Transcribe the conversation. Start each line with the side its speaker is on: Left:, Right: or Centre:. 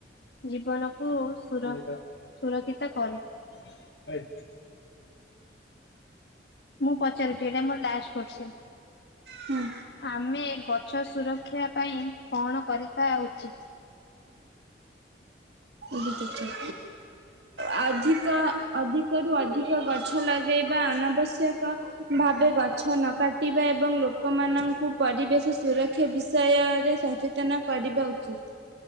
Left: ଜୀବନକୁୁ ସୁର-ସୁରକ୍ଷିତ କରେ। ମୁଁ ପଚାରୁଛି ଏଇଟା ମୋର ଲାଷ୍ଟ କୋଶ୍ଚିନ୍।
Right: ହୁଁ।
Left: ଆମେ ଗଛ ସୁରକ୍ଷା ପାଇଁ କଣ କରିବା ଉଚିତ୍?
Right: ଆଉ ଅଧିକ ଅଧିକରୁ ଅଧିକ ଗଛ ଲଗାଇବା ଅନାବଶ୍ୟକ। ଭାବ ଗଛ ନ କାଟିବା ଏବଂ ଲୋକମାନଙ୍କୁ ପରିବେଶ ସୁରକ୍ଷା ବିଷୟରେ ସଚେତ ତନ କରିବା ଉଚିତ୍।